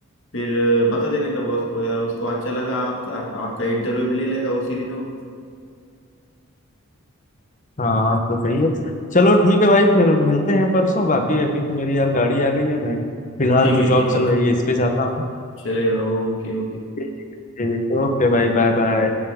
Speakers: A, on the left; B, on the left.
A: फिर बता देने का बॉस को यार उसको अच्छा लगा आपका आपका इंटरव्यू भी ले लेगा उसी दिन वो
B: हाँ तो सही है चलो ठीक है भाई फिर मिलते हैं परसों बाकी अभी तो मेरी यार गाड़ी आ गई है मैं फिलहाल
A: ठीक
B: जो
A: है ठीक
B: जॉब
A: है
B: चल रही है इस पे जाता हूँ
A: चलेगा ओके ओके
B: ठीक है ओके भाई बाय बाय